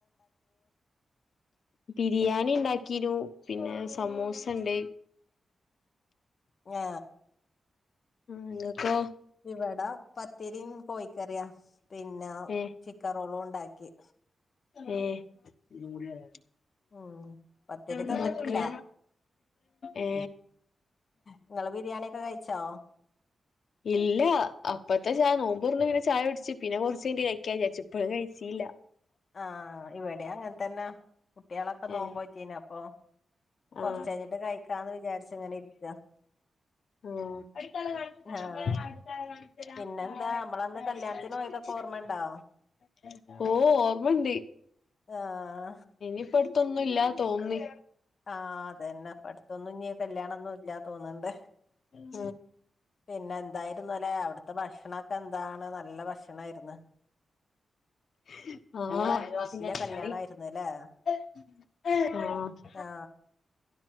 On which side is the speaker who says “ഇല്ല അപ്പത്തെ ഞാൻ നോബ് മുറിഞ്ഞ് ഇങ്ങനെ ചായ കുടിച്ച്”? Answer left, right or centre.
Left